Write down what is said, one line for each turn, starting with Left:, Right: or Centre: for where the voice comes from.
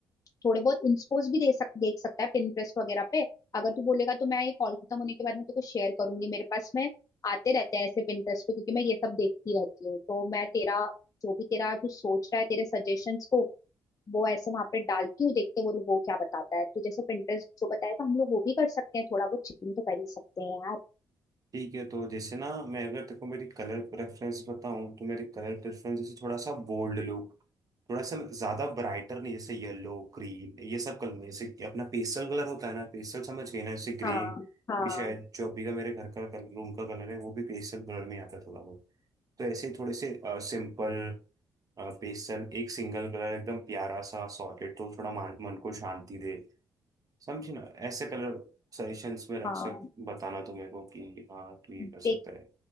Left: थोड़े बहुत इंस्पोज भी दे सक देख सकता है पिंटरेस्ट वगैरह पे अगर तू बोलेगा तो मैं ये कॉल खत्म होने के बाद में तेरे को शेयर करूंगी मेरे पास में आते रहते हैं ऐसे पिंटरेस्ट पे क्योंकि मैं ये सब देखती रहती हूँ तो मैं तेरा जो भी तेरा तू सोच रहा है तेरे सजेशंस को वो ऐसे वहां पे डालती हूँ देखते हैं वो वो क्या बताता है तो जैसे पिंटरेस्ट जो बताएगा हम लोग वो भी कर सकते हैं थोड़ा बहुत चिकन तो कर ही सकते हैं यार
Right: ठीक है तो जैसे ना मैं अगर तेरे को मेरी कलर प्रेफरेंस बताऊं तो मेरी कलर प्रेफरेंस जैसे थोड़ा सा बोल्ड लुक थोड़ा सा ज्यादा ब्राइटर नहीं जैसे येलो ग्रीन ये सब कलर में जैसे कि अपना पेस्टल कलर होता है ना पेस्टल समझ गए ना जैसे ग्रे
Left: हाँ हाँ
Right: भी शायद जो अभी का मेरे घर का रूम का कलर है वो भी पेस्टल कलर में आता है थोड़ा बहुत तो ऐसे थोड़े से सिंपल पेस्टल एक सिंगल कलर एकदम प्यारा सा सॉकेट तो थोड़ा मान- मन को शांति दे समझे ना ऐसे कलर सजेशंस में रख
Left: हाँ
Right: सक बताना तो मेरे को कि हाँ तू ये
Left: देख
Right: कर सकता है